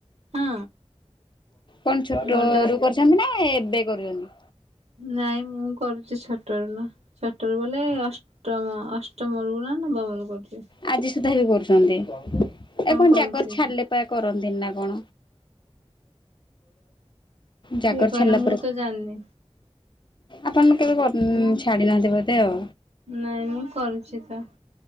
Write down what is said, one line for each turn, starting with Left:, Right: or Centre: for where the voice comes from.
Right: ହଁ।
Left: କଣ ଛୋଟ
Right: ମଣ୍ଡା
Left: ରୁ କରୁଛନ୍ତି ନା ଏବେ କରୁଛନ୍ତି।
Right: ନାଇଁ ମୁଁ କରୁଛି ଛଟରୁ ନା ଛଟରୁ ବୋଲେ ଅଷ୍ଟମ ଅଷ୍ଟ। ମରିବୁ ନା <inaudible> କରୁଛୀ।
Left: ଆଜି ସୁଦ୍ଧା ବି କରୁଛନ୍ତି। ଏ କଣ
Right: କରୁଛି
Left: ଜାଗର ଛାଡିଲେ ପା କରନ୍ତିୁ। କରନ୍ତିନି ନା କଣ। ଜାଗର
Right: କିଏ କହିଲା
Left: ଛାଡିଲାପ।
Right: ମୁଁ ତ ଜାଣିନି
Left: ଆପଣ କେବେ
Right: ମୁଁ
Left: ଛାଡି ନାହାନ୍ତି ବୋଦେ ଆଉ।
Right: ନାଇଁ ମୁଁ କରୁଛି ତ।